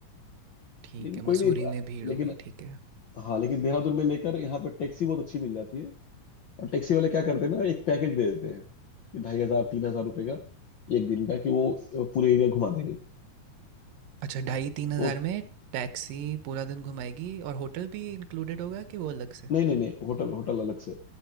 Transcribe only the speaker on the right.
ठीक
है मसूरी
में भीड़ होगी
ठीक है
अच्छा ढाई तीन
हज़ार
में टैक्सी पूरा दिन घुमाएगी और होटल भी इंक्लूडेड होगा कि वो अलग से